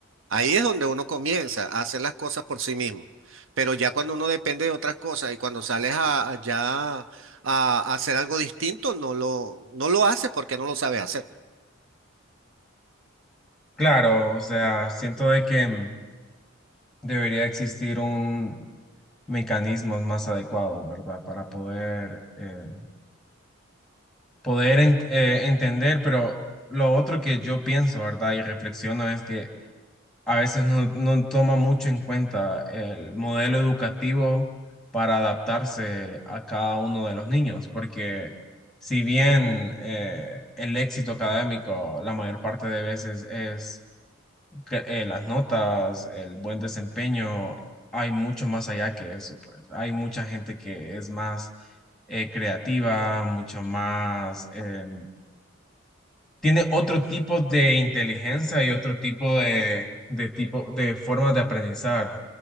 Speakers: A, on the right; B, in the centre.
A: Ahí es donde uno comienza a hacer las cosas por sí mismo. Pero ya cuando uno depende de otras cosas y cuando sales a, a ya a, a hacer algo distinto, no lo, no lo haces porque no lo sabes hacer.
B: Claro, o sea, siento de que mm, Debería existir un mecanismos más adecuados, ¿verdad? Para poder, eh, poder en- eh, entender, pero lo otro que yo pienso, ¿verdad? Y reflexiono es que a veces no, no toma mucho en cuenta el modelo educativo para adaptarse a cada uno de los niños, porque si bien eh, el éxito académico la mayor parte de veces es que- eh, las notas, el buen desempeño, hay mucho más allá que eso, pues. Hay mucha gente que es más eh, creativa, mucho más, eh, tiene otro tipo de inteligencia y otro tipo de, de tipo de formas de aprendizar.